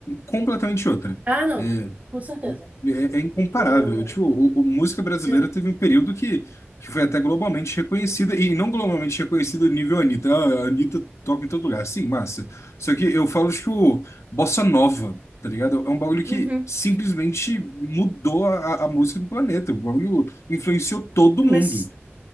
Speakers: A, on the left (about 85°); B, on the right (about 30°).
A: completamente outra.
B: Ah, não.
A: É,
B: Com certeza.
A: é, é incomparável.
B: Hum,
A: É, Tipo, o, o- música brasileira
B: né?
A: teve um período que, que foi até globalmente reconhecida, e não globalmente reconhecida nível Anitta. Ah, A Anitta toca em todo lugar, sim, massa. Só que eu falo, tipo, bossa nova. Tá ligado? É um bagulho que
B: Uhum.
A: simplesmente mudou a, a a música do planeta. O bagulho influenciou todo mundo.
B: Mas,